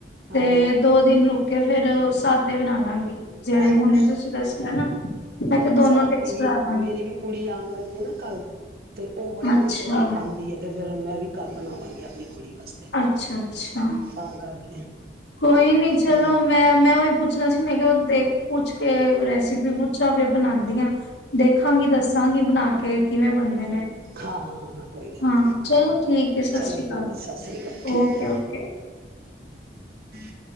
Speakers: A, on the left; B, on the right.
A: ਤੇ
B: ਹਾਂ
A: ਦੋ ਦਿਨ ਰੁਕ ਕੇ ਫੇਰ ਸਾਦੇ ਬਨਾ ਲਾਂਗੀ। ਜਿਹੜੇ
B: ਹਾਂ
A: ਹੁਨੇ ਤੁਸੀਂ ਦੱਸਿਆ ਨਾ, ਮੈਂ ਕਿਹਾ ਦੋਨੋ
B: ਸਾਡੀ
A: ਟੇਸਟ
B: ਵੀ
A: ਕਰਾਂ ਦਾ-
B: ਮੇਰੀ ਵੀ ਕੁੜੀ ਆਨ ਵਾਲੀ ਏ ਨਾ ਕੱਲ ਤੇ ਉਹ ਬੜੇ
A: ਅੱਛਾ,
B: ਖੁਸ਼ ਹੋ ਕੇ ਖਾਂਦੀ ਏ ਤੇ ਫੇਰ ਮੈਂ ਵ ਵੀ ਕੱਲ ਬਨਾਵਾਂਗੇ ਆਪਨੀ ਕੁੜੀ ਵਾਸਤੇ,
A: ਅੱਛਾ, ਅੱਛਾ।
B: ਤਾ ਕਰਕੇ <inaudible>
A: ਕੋਈ ਨੀ ਚਲੋ
B: ਹਾਂ
A: ਮੈਂ, ਮੈਂ ਉਹੀ ਪੁੱਛ ਛਣਾ ਸੀ ਮੈਂ ਕਿਹਾ ਉਹ ਦੇਖ ਪੁੱਛ ਤੇ ਰੈਸਪੀ ਪੁੱਛਾਂ ਫੇਰ ਬਨਾਦੀਆਂ ਦੇਖਾਂਗੀ ਦੱਸਾਂਗੀ ਬਨਾ ਕ ਤੇ ਕਿਵੇਂ ਬੰਨਦੇ ਨੇ
B: ਹਾਂ, ਹਾਂ, ਹਾਂ, ਹਾਂ। ਕੋਈ ਗੱਲ,
A: ਹਾਂ ਚਲੋ ਠੀਕ ਹੈ ਸਤਿ
B: ਚਲੋ
A: ਸ੍ਰੀ ਅਕਾਲ
B: ਹੋ ਸਤਿ ਸ੍ਰੀ ਅਕਾਲ। ਠੀਕ
A: okay
B: ਏ।
A: Okay.
B: <unintelligible>